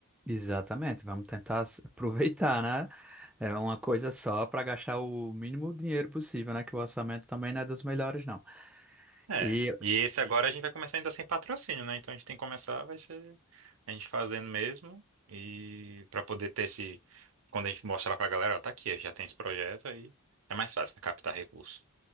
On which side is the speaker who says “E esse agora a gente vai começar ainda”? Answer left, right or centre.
Right